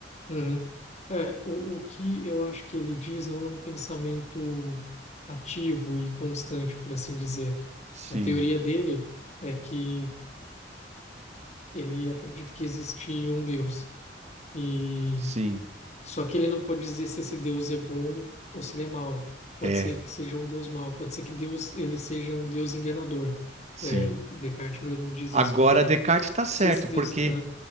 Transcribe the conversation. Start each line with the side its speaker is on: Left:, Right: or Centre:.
Left: Uhum. É, o, o que eu acho que ele diz não é um pensamento ativo e constante, por assim dizer.
Right: Sim,
Left: A teoria dele é que ele acredita que existe um Deus, e
Right: sim,
Left: só que ele não pode dizer se esse Deus é bom ou se ele é mau. Pode
Right: é,
Left: ser que seja um Deus mau, pode ser que Deus ele seja um Deus enganador.
Right: sim.
Left: É, Descartes mesmo diz
Right: Agora
Left: isso. Ele fala
Right: Descartes está certo,
Left: se esse Deus,
Right: porque
Left: ah,